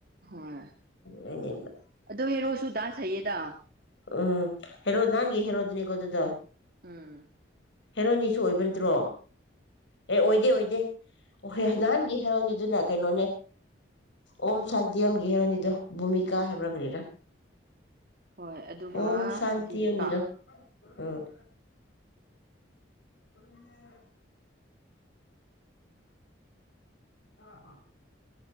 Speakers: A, on the right; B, on the left.
A: ꯍꯣꯏ
B: ꯑꯗꯨꯅꯦꯕ
A: ꯑꯗꯨ ꯍꯔꯣꯁꯨ ꯗꯥꯁꯇ ꯍꯥꯏꯌꯦ ꯗ
B: ꯎꯝ ꯍꯔꯣ ꯅꯥꯟꯒꯤ ꯍꯦꯔꯣꯗꯨꯅꯤꯀꯣꯗꯨꯗꯣ
A: ꯎꯝ
B: ꯍꯦꯔꯣꯅꯤꯁꯨ ꯑꯣꯏꯕ ꯅꯠꯇ꯭ꯔꯣ ꯑꯦ ꯑꯣꯏꯗꯦ ꯑꯣꯏꯗꯦ ꯑꯣꯍꯣꯏ ꯅꯍꯥꯟꯒꯤ ꯍꯦꯔꯣꯅꯤꯗꯨꯅ ꯀꯩꯅꯣꯅꯦ ꯑꯣꯝ ꯁꯥꯟꯇꯤ ꯑꯣꯝꯒꯤ ꯍꯦꯔꯣꯅꯤꯗꯣ ꯚꯨꯃꯤꯀꯥ ꯍꯥꯏꯕ꯭ꯔꯥ ꯀꯔꯤꯔꯥ
A: ꯍꯣꯏ ꯑꯗꯨꯒ
B: ꯑꯣꯝ ꯁꯥꯟꯇꯤꯌꯝꯒꯤꯗꯣ
A: ꯗꯤꯕꯤꯀꯥ
B: ꯎꯝ ꯎ <unintelligible> ꯑ ꯍ